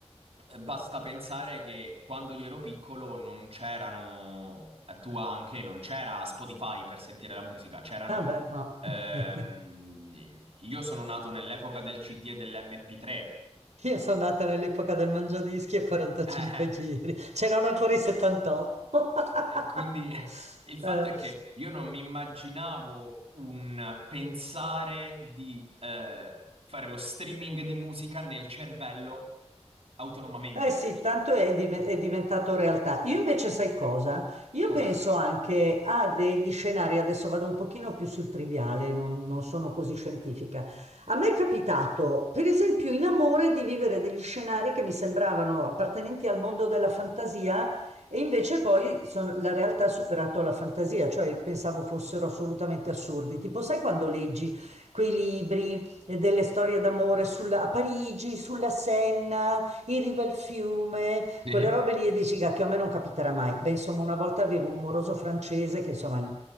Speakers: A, on the right (about 60°); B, on the right (about 80°).
A: basta pensare che quando io ero piccolo non c'erano, eh, tu anche, non c'era Spotify per sentire la musica, c'erano...
B: Vabbè, no.
A: ehm,
B: <laughs>
A: io sono nato nell'epoca del CD e dell'MP3.
B: Io sono nata nell'epoca del mangiadischi a 45
A: <laughs>
B: giri, c'erano ancora i 78. <laughs>
A: E quindi <laughs> il fatto
B: Eh,
A: è che io non mi immaginavo un pensare di eh, fare lo streaming di musica nel cervello autonomamente.
B: Eh sì, tanto è, div- è diventato realtà. Io invece sai cosa? Io
A: Cosa?
B: penso anche a degli scenari, adesso vado un pochino più sul triviale, non, non sono così scientifica. A me è capitato, per esempio, in amore di vivere degli scenari che mi sembravano appartenenti al mondo della fantasia e invece poi son- la realtà ha superato la fantasia, cioè pensavo fossero assolutamente assurdi. Tipo, sai quando leggi quei libri eh, delle storie d'amore sulla- a Parigi, sulla Senna? in riva al fiume,
A: Sì.
B: quelle robe
A: <laughs>
B: lì e dici, cacchio, a me non capiterà mai. Beh, insomma, una volta avevo un moroso francese che, insomma,